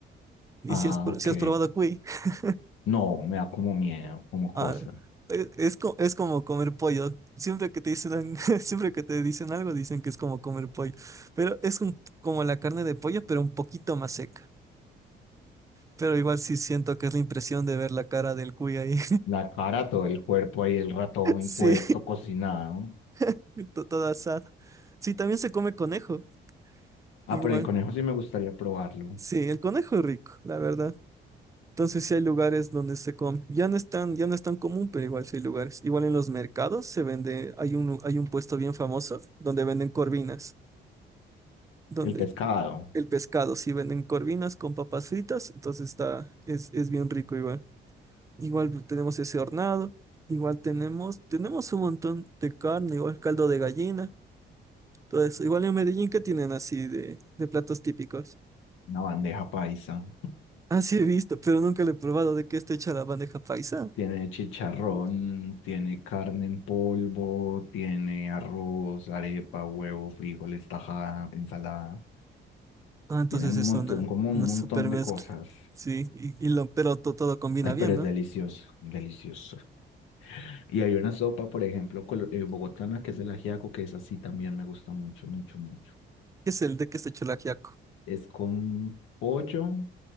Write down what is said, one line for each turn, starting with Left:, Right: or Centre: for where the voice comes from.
Right: Y
Left: Ah,
Right: si has, pr-
Left: ok.
Right: si has probado cuy, <laughs>
Left: No, me da como miedo, como cosa.
Right: ah, e- es, co- es como comer pollo. Siempre que te dicen, <laughs> siempre que te dicen algo, dicen que es como comer pollo. Pero es un- como la carne de pollo, pero un poquito más seca. Pero igual sí siento que es la impresión de ver la cara del cuy ahí.
Left: La cara, todo el cuerpo ahí, el ratón
Right: Sí,
Left: puesto, cocinado.
Right: <laughs> to- todo asado. Sí, también se come conejo,
Left: Ah,
Right: igual.
Left: pero el conejo sí me gustaría probarlo.
Right: Sí, el conejo es rico, la verdad. Entonces sí hay lugares donde se come. Ya no es tan, ya no es tan común, pero igual sí hay lugares. Igual en los mercados se vende, hay un, hay un puesto bien famoso donde venden corvinas, donde
Left: El pescado,
Right: el pescado, sí venden corvinas con papas fritas, entonces está, es, es bien rico igual. Igual tenemos ese hornado, igual tenemos, tenemos un montón de carne, igual caldo de gallina. todo eso. Igual en Medellín, ¿qué tienen así de, de platos típicos?
Left: una bandeja paisa.
Right: Ah, sí he visto, pero nunca lo he probado de qué está hecha la bandeja paisa.
Left: Tiene chicharrón, tiene carne en polvo, tiene arroz, arepa, huevo, frijoles, tajada, ensalada.
Right: Ah, entonces
Left: Tiene un
Right: es
Left: montón,
Right: una,
Left: como
Right: una
Left: un montón
Right: super mezcla.
Left: de cosas.
Right: Sí, y, y lo, pero to- todo combina
Left: Ay,
Right: bien,
Left: pero es
Right: ¿no?
Left: delicioso, delicioso. Y hay una sopa, por ejemplo, colo- eh, bogotana, que es el ajiaco, que es así también me gusta mucho, mucho, mucho.
Right: ¿Qué es el de qué está hecho el ajiaco?
Left: Es con pollo